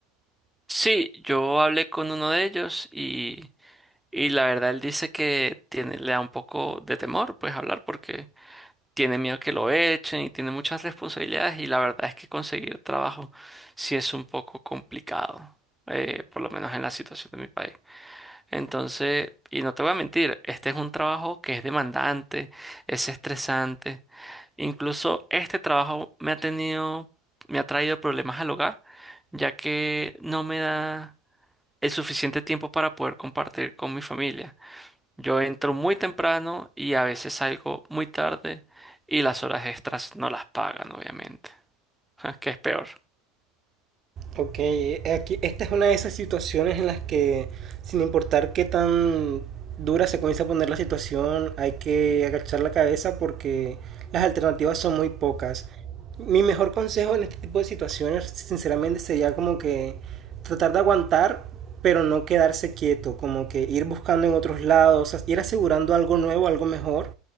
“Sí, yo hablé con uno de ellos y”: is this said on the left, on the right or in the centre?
Centre